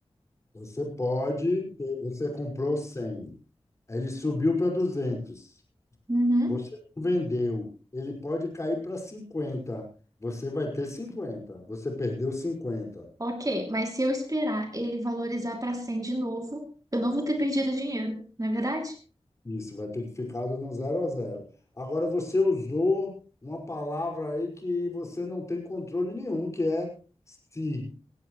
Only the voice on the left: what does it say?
Você pode ter, você comprou 100, aí ele subiu para 200.
Você não vendeu. Ele pode cair para 50. Você vai ter 50. Você perdeu 50.
Isso, vai ter que ficar no zero a zero. Agora você usou uma palavra aí que você não tem controle nenhum, que é se,